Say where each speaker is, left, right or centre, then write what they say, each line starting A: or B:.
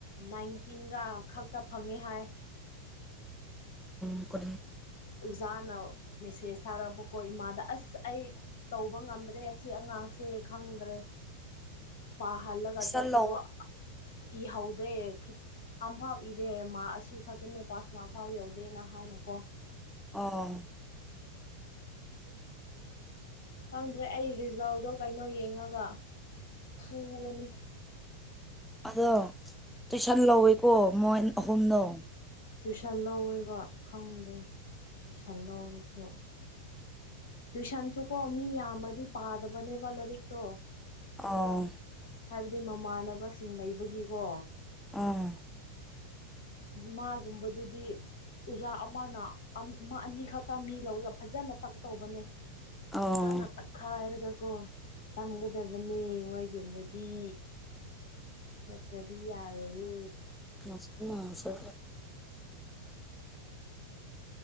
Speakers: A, on the left (about 60°); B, in the centre.
A: ꯅꯥꯏꯟꯇꯤꯟ ꯔ ꯈꯛꯇ ꯐꯪꯉꯦ ꯍꯥꯏ
B: ꯎ ꯀ
A: ꯑꯣꯖꯥꯅ ꯃꯦꯁꯦꯁ ꯁꯥꯔꯛꯄꯀꯣ ꯏꯃꯥꯗ ꯑꯁ ꯑꯩ ꯇꯧꯕ ꯉꯝꯗ꯭ꯔꯦ ꯑꯁꯤ ꯑꯉꯥꯡꯁꯦ ꯈꯪꯗ꯭ꯔꯦ
B: <unintelligible>
A: ꯄ ꯍꯜꯂꯒ
B: ꯇꯨꯏꯁꯟ
A: ꯍꯥꯆꯥꯕꯨꯣ
B: ꯂꯧ
A: ꯏ ꯍꯗꯦ ꯑꯝꯐꯥꯎ ꯏꯗꯦ ꯃꯥ ꯑꯁꯤ ꯈꯛꯇꯅꯦ ꯄꯥꯁꯃ ꯑꯐꯥꯎ ꯌꯧꯗꯦꯅ ꯍꯥꯏꯅꯀꯣ
B: ꯑꯣ
A: ꯈꯪꯗ꯭ꯔꯦ ꯑꯩ ꯔꯤꯖꯜꯗꯣ ꯀꯩꯅꯣ ꯌꯦꯡꯉꯒ ꯄꯨꯒꯅꯤ
B: ꯑꯗꯣ ꯇꯨꯏꯁꯟ ꯂꯧꯋꯦꯀꯣ ꯃꯣꯏ ꯑꯍꯨꯝꯗꯣ
A: ꯄꯨꯁꯥꯠ ꯂꯧꯋꯦꯕ ꯈꯪꯗꯦ ꯄꯨꯏꯁꯜ ꯂꯧꯔꯁꯨ ꯇꯨꯏꯁꯟꯁꯨꯀꯣ ꯃꯤ ꯌꯥꯝꯃꯗꯤ ꯄꯥꯗꯕꯅꯦꯕ ꯂꯥꯏꯔꯤꯛꯇꯣ
B: ꯑꯥ
A: ꯍꯥꯏꯕꯗꯤ ꯃꯃꯥꯟꯅꯕꯁꯤꯡ ꯂꯩꯕꯒꯤꯀꯣ
B: ꯑꯥ
A: ꯃꯥꯒꯨꯝꯕꯗꯨꯗꯤ ꯑꯣꯖꯥ ꯑꯃꯅ ꯑꯅꯤꯈꯛꯇ ꯇꯃꯤ ꯂꯧꯔꯒ ꯐꯖꯅ ꯇꯛ ꯇꯧꯕꯅꯦ
B: ꯑꯣ
A: ꯐꯖꯅ ꯇꯛꯈꯥꯏꯔꯒ ꯀꯣ ꯇꯝꯒꯗꯕꯅꯤ ꯃꯣꯏꯒꯨꯝꯕꯗꯤ ꯅꯠꯇ꯭ꯔꯗꯤ ꯌꯥꯔꯣꯌꯦ
B: ꯃꯁꯁꯦ